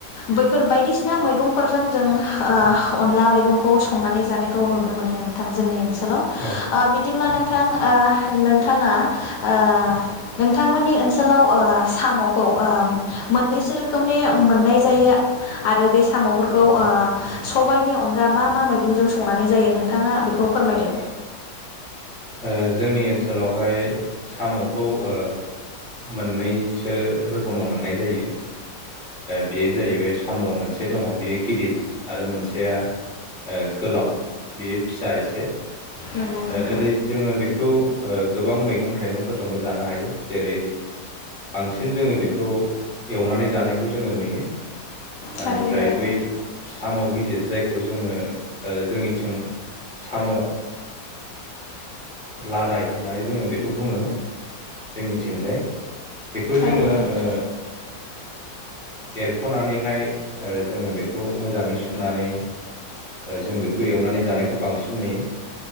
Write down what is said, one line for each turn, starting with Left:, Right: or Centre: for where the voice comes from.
Left: बैफोर बायदिसिना मैगंफोरजों जों ओ अनला मैगंखौ संनानै जानायखौ नुनो मोनो नोंथां जोंनि ओनसोलाव
Centre: औ
Left: हेल' बिदिब्ला नोंथां ओह नोंथाङा ओह नोंथांमोननि ओनसोलाव साम'खौ ओह मोनबैसो रोखोमनि मोननाय जायो आरो बे साम'फोरखौ ओह सबायाइनि अनगा मा मा मैगंजों संनानै जायो नोंथाङा बेखौ फोरमायदो
Centre: ओह जोंनि ओनसोलाव बेवहाय साम'खौ ओ मोननैसो रोखोमाव मोननाय जायो बेयो जाहैबाय साम' मोनसे दङ बेयो गिदिर आरो मोनसेया गोलाव बेयो फिसा एसे
Left: नंगौ
Centre: बियो
Left: नोंथां
Centre: ओरै जोङो बेखौ ओ गोबां मैगं थाइगंफोरजोंबो जानो हायो जेरै बांसिन जोङो बेखौ एवनानै जानायखौ जोङो नुयो बेनिफ्राय
Left: थारैनो नोंथां
Centre: बै साम' गिदिर जायखौ जोङो जोंनिथिं साम'ओ लादाय होननानै जोङो बेखौ बुङो जोंनिथिंजाय बेखौ
Left: थारैनो
Centre: जोङो
Left: नोंथां
Centre: ओ एरख'नानैहाय जोङो बेखौ मोजाङै सुनानै जों बेखौ एवनानै जानायखौ बांसिन नुयो